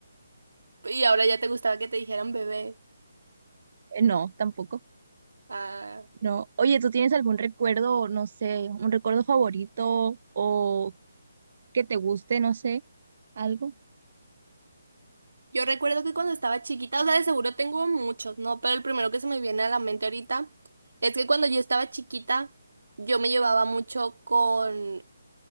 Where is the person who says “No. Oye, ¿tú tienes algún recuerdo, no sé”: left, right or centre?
Right